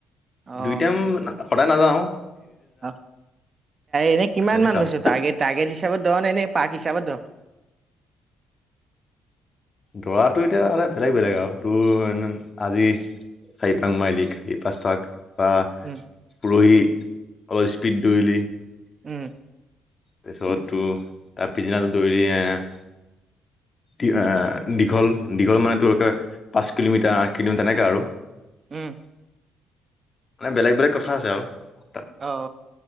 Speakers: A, on the right; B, on the left.
A: অ
B: দুই টাইম স সদায় নাযাও।
A: অ এনে কিমান
B: তেনেকা
A: মান লৈছ,
B: আৰু
A: টাৰ্গেট টাৰ্গেট হিচাপত। তই মানে এনে পাৰ্ক হিচাবত ধৰ
B: দৌৰাটো এতিয়া সদায় বেলেগ বেলেগ আও তোৰ এনেই আজি। চাৰি পাক মাৰিলি এই পাচ পাক বা
A: উম
B: পৰহি, অলপ স্পীড দৌৰিলি
A: উম,
B: তাৰপিছতটোৰ তাৰপিছদিনাটো দৈৰি আহ এহ দীঘল- দীঘল মানে, তোৰ একে পাচ কিলোমিটাৰ, আঠ কিলোমিটাৰ তেনেকে আৰু।
A: উম
B: মানে, বেলেগ বেলেগ কথা আছে আও। ত,
A: অ